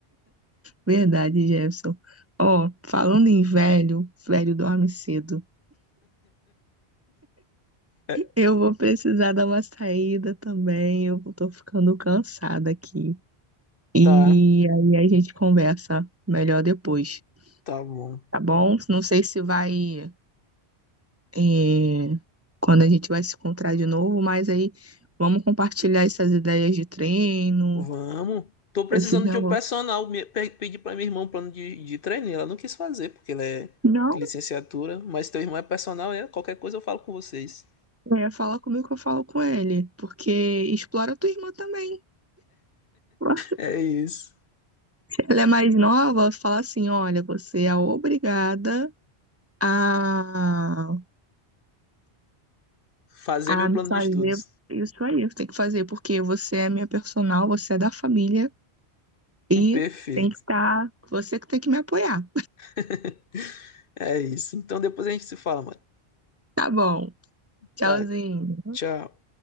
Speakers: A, on the right; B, on the left.
A: verdade, Jefferson. Ó, falando em velho, velho dorme cedo.
B: É,
A: Eu vou precisar dar uma saída também, eu tô ficando cansada aqui. E
B: Tá,
A: aí a gente conversa melhor depois,
B: tá bom.
A: tá bom? Não sei se vai, eh, quando a gente vai se encontrar de novo, mas aí vamos compartilhar essas ideias de treino,
B: Vamos. Tô precisando
A: esses negócios.
B: de um personal. Me- pe- Pedi pra minha irmã um plano de, de treino. e Ela não quis fazer, porque ela é
A: Não.
B: licenciatura. Mas teu irmão é personal, é? Qualquer coisa eu falo com vocês.
A: É, fala comigo que eu falo com ele, porque explora tua irmã também. <laughs>
B: <laughs> É isso.
A: Ela é mais nova, fala assim, olha, você é obrigada a,
B: Fazer
A: a
B: meu plano
A: fazer
B: de estudos.
A: isso aí, você tem que fazer, porque você é minha personal, você é da família e
B: Perfeito.
A: tem que estar, você que tem que me apoiar.
B: <laughs> É isso. Então depois a gente se fala, mano.
A: Tá bom, tchauzinho.
B: Tá, tchau.